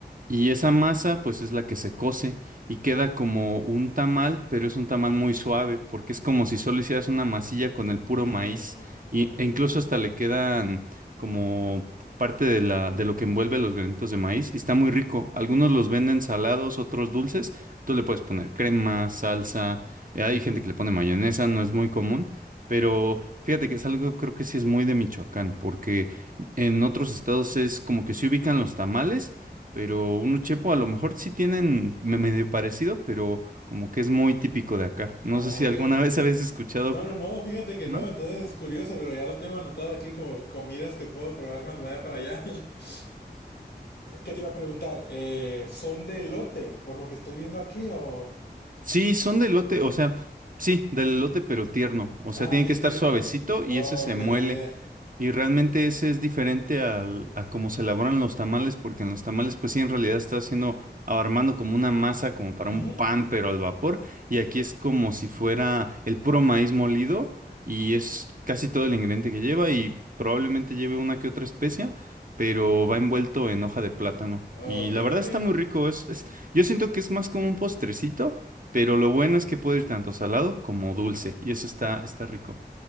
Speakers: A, on the right (about 50°); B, on the left (about 90°).
A: y esa masa pues es la que se cose y queda como un tamal, pero es un tamal muy suave, porque es como si solo hicieras una masilla con el puro
B: Mm,
A: maíz y,
B: ok.
A: e incluso hasta le quedan como parte de la, de lo que envuelve los granitos de maíz y está muy rico. Algunos los venden salados, otros dulces. Tú le puedes poner crema, salsa. eh, Hay gente que le pone mayonesa, no es muy común. Pero fíjate que es algo, creo que sí es muy de Michoacán, porque en otros estados es como que se ubican los tamales, pero uno chepo a lo mejor sí tienen me- medio parecido, pero como que es muy típico de acá. No
B: Ah,
A: sé si
B: ok.
A: alguna <laughs> vez habéis escuchado,
B: No, no, no, fíjate que
A: ¿no?
B: no, entonces es curioso, pero ya lo tengo anotado aquí como comidas que puedo probar cuando vaya para allá. <laughs> ¿Qué te iba a preguntar? Eh, ¿son de lote, por lo que estoy viendo aquí, o...?
A: Sí, son de elote, o sea, sí, del elote pero tierno. O sea,
B: Ajá,
A: tiene
B: ti-
A: que estar
B: sí,
A: suavecito
B: no.
A: y ese se
B: Ok,
A: muele.
B: muy bien.
A: Y realmente ese es diferente al, a cómo se elaboran los tamales, porque en los tamales, pues sí, en realidad está haciendo, armando como una masa, como para
B: Ujú.
A: un pan, pero al vapor. Y aquí es como si fuera el puro maíz molido, y es casi todo el ingrediente que lleva, y probablemente lleve una que otra especia, pero va envuelto en hoja de plátano.
B: Ok,
A: Y la verdad
B: muy bien.
A: está muy rico, es, es, yo siento que es más como un postrecito, pero lo bueno es que puede ir tanto salado como dulce, y eso está, está rico.